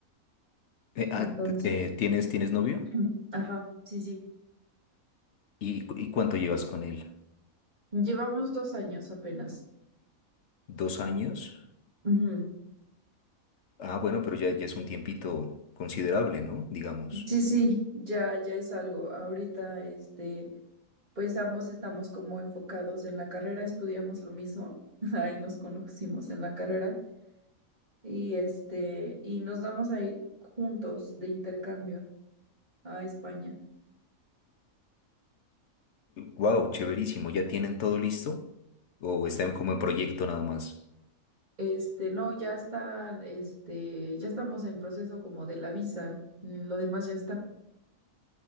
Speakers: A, on the left; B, on the right.
A: Eh,
B: entonces,
A: ah, t- eh, ¿tienes, tienes novio?
B: <clears throat> ajá, sí, sí.
A: ¿Y, cu- y cuánto llevas con él?
B: Llevamos dos años apenas.
A: ¿Dos años?
B: Ujú.
A: Ah, bueno, pero ya, ya es un tiempito considerable, ¿no? Digamos.
B: Sí, sí, ya, ya es algo. Ahorita, este, pues ambos estamos como enfocados en la carrera, estudiamos lo mismo, <laughs> ahí nos conocimos en la carrera. y este, y nos vamos a ir juntos de intercambio a España.
A: Wow, chéverísimo. ¿Ya tienen todo listo? ¿O están como en proyecto nada más?
B: Este, no, ya está, este, ya estamos en proceso como de la visa, eh, lo demás ya está.